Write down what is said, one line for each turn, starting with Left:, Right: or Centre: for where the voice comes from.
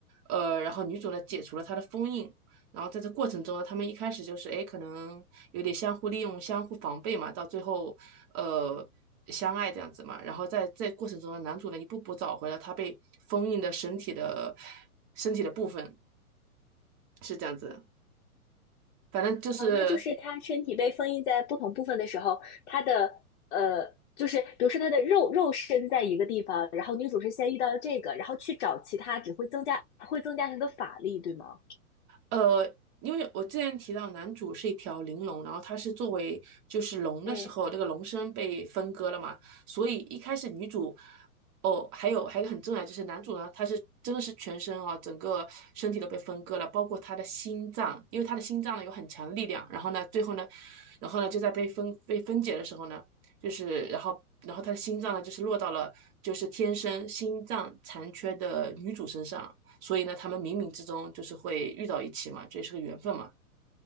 Right: 呃，然后女主呢解除了他的封印，然后在这过程中呢，他们一开始就是哎，可能有点相互利用、相互防备嘛，到最后呃相爱这样子嘛。然后在这过程中呢，男主呢一步步找回了他被封印的身体的身体的部分，是这样子。反正就是
Left: 啊，那就是它身体被封印在不同部分的时候，它的呃，就是比如说它的肉肉身在一个地方，然后女主是先遇到了这个，然后去找其他，只会增加会增加她的法力，对吗？
Right: 呃，因为我之前提到男主是一条灵龙，然后他是作为就是龙的时候，
Left: 对，
Right: 这个龙身被分割了嘛，所以一开始女主，哦，还有还有一个很重要的就是男主呢，他是真的是全身啊，整个身体都被分割了，包括他的心脏，因为他的心脏呢有很强的力量，然后呢最后呢，然后呢就在被分被分解的时候呢，就是然后然后他的心脏呢就是落到了就是天生心脏残缺的女主身上。所以呢，他们冥冥之中就是会遇到一起嘛，这也是个缘分嘛。